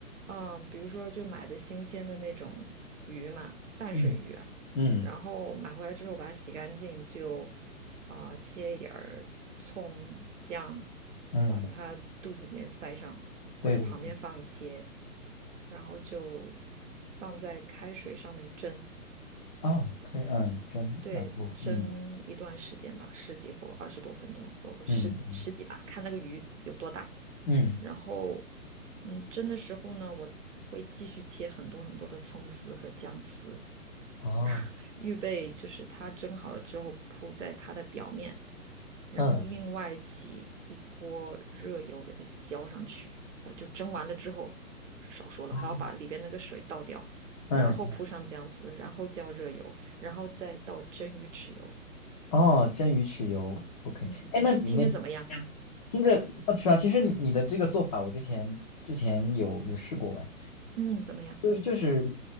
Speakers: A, on the right; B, on the left.
A: 嗯，比如说就买的新鲜的那种鱼嘛，淡水鱼啊，
B: 嗯嗯
A: 然后买回来之后把它洗干净，就啊、呃切一点儿葱姜，
B: 嗯，
A: 往它肚子里面塞上，
B: 对对，
A: 或者旁边放一些，然后就放在开水上面蒸，
B: 哦，可以，嗯，蒸，
A: 对，
B: 然后嗯
A: 蒸一段时间吧，十几或二十多分钟，不十十几吧，
B: 嗯嗯，
A: 看那个鱼有多大。
B: 嗯，
A: 然后，嗯，蒸的时候呢，我会继续切很多很多的葱丝和姜丝，<laughs>
B: 哦，
A: 然后预备就是它蒸好了之后铺在它的表面，然后另外起一锅热油给它浇上去，
B: 嗯
A: 呃，就蒸完了之后，少说了，
B: 哦，
A: 还要把里边那个水倒掉，
B: 嗯
A: 然后铺上姜丝，然后浇热油，然后再倒蒸鱼豉油。
B: 哦，蒸鱼豉油，OK。
A: 嗯，
B: 哎，那你那呀听着好吃啊！
A: 听着怎么样？
B: 其实你的这个做法，我之前之前有有试过哎，
A: 嗯，怎么样？
B: 就是就是，